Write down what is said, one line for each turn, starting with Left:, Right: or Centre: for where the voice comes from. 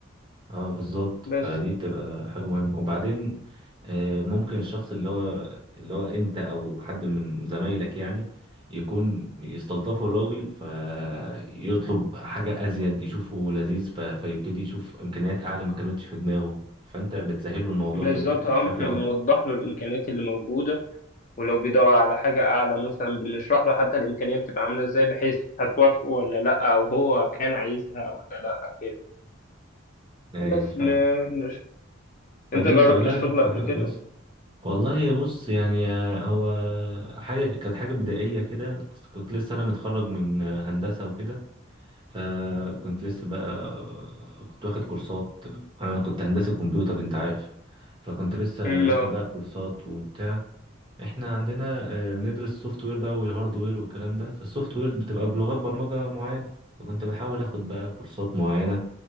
Right: اه بالظبط
Left: بس
Right: فدي بتبقى حاجة مهمة وبعدين آه، ممكن الشخص اللي هو اللي هو انت او حد من زمايلك يعني يكون يستلطفوا الراجل فيطلب حاجة ازيد يشوفه لذيذ ف- فيبتدي يشوف امكانيات اعلى ما كانتش في دماغه فانت بتسهله الموضوع
Left: بالظبط
Right: ده بشكل
Left: اه ما احنا
Right: اكبر
Left: بنوضح له الامكانيات اللي موجوده ولو بيدور على حاجه اعلى مثلا بنشرح له حتى الامكانيه بتبقى عامله ازاي بحيث هتوافقه ولا لا او هو كان عايزها ولا لا كده
Right: ايوه
Left: بس
Right: فاهم
Left: ن- نش...
Right: فدي
Left: انت جربت
Right: بتبقى لا
Left: الشغل
Right: بتبقى
Left: قبل
Right: حاجة
Left: كده؟
Right: كويسة والله بص يعني آه، هو حاجة كانت حاجة بدائية كده أصل كنت لسه انا متخرج من آه، هندسة وكده فكنت لسه بقى كنت واخد كورسات انا كنت هندسة كمبيوتر انت عارف فكنت لسه
Left: مم،
Right: واخد
Left: اه
Right: بقى كورسات وبتاع احنا عندنا آه، بندرس السوفت وير بقى والهارد وير والكلام ده فالسوفت وير بتبقى بلغات برمجة معينة فكنت بحاول اخد بقى كورسات معينة